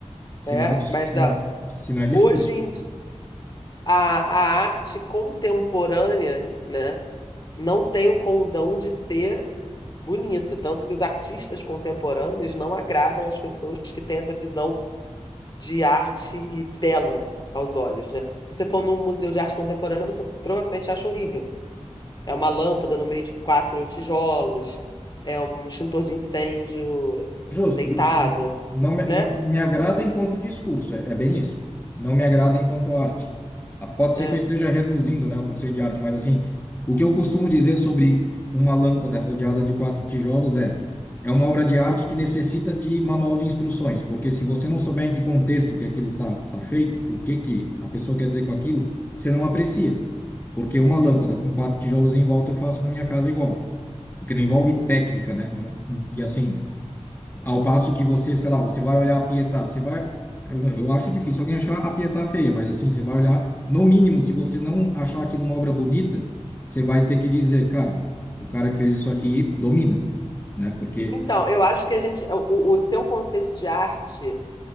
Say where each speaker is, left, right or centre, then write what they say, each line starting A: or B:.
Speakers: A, on the left (about 20°); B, on the left (about 40°).
A: Se
B: né?
A: não é, dis-
B: Mas
A: se não,
B: a,
A: se não é discurso.
B: hoje em di- a, a arte contemporânea, né? não tem o condão de ser bonita. Tanto que os artistas contemporâneos não agradam as pessoas que têm essa visão de arte bela aos olhos, né? Se você for num museu de arte contemporânea, você provavelmente acha horrível. É uma lâmpada no meio de quatro tijolos, é um extintor de incêndio
A: Justo,
B: deitado,
A: justo. Não me,
B: né?
A: não me agrada enquanto discurso, é, é bem isso. Não me agrada enquanto arte. Ah, Pode
B: É.
A: ser que eu esteja reduzindo, né, o conceito de arte, mas assim, o que eu costumo dizer sobre uma lâmpada rodeada de quatro tijolos é, é uma obra de arte que necessita de manual de instruções, porque se você não souber em que contexto que aquilo tá, tá feito, o que que a pessoa quer dizer com aquilo, você não aprecia. Porque uma lâmpada com quatro tijolos em volta eu faço na minha casa igual, porque não envolve técnica, né? Não- e assim, ao passo que você, sei lá, você vai olhar a Pietá, você vai. Eu, eu acho difícil alguém achar a Pietá feia, mas assim, você vai olhar, no mínimo, se você não achar aqui uma obra bonita, você vai ter que dizer, cara, o cara que fez isso aqui domina, né? Porque.
B: Então, eu acho que a gente, o, o seu conceito de arte